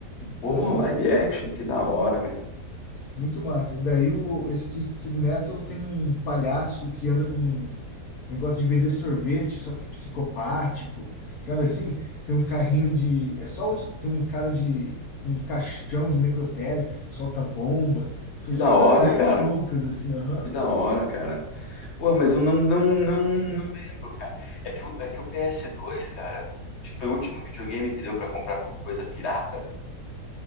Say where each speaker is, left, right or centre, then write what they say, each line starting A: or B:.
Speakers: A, on the left; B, on the left.
A: Pô,
B: Aham.
A: live action, que da hora, mesmo.
B: Muito massa. Daí o, esse Twisted Metal tem um palhaço que anda com um negócio de vender sorvete, só que psicopático, sabe assim? Tem um carrinho de. É só um, tem um cara de. com um caixão do necrotério, solta bomba. São
A: Que
B: só
A: da hora,
B: coisas bem
A: cara.
B: malucas, assim, aham.
A: Que da hora, cara. Pô, mas eu não, não, não, não lembro, cara. É que, o- é que o ps dois cara, acho que foi o último videogame que deu pra comprar coisa pirata, né?